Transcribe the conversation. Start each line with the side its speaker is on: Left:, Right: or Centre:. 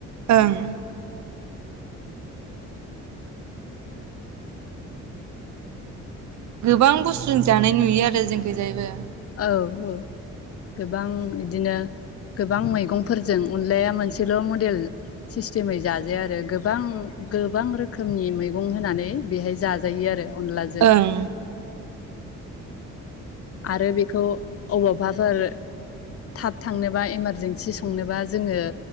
Right: ओं। गोबां बुस्थुजों जानाय नुयो आरो जोंखिजायबो।
Left: औ औ गोबां बिदिनो गोबां मैगंफोरजों अनलाया मोनसेल मडेल सिस्टेमै जाजाया आरो गोबां गोबां रोखोमनि मैगं होनानै बेहाय जाजायो आरो। अनलाजों।
Right: ओं
Left: आरो बेखौ अबावबाफोर। थाब थांनोबा इमारजेन्सि संनोबा जोङो।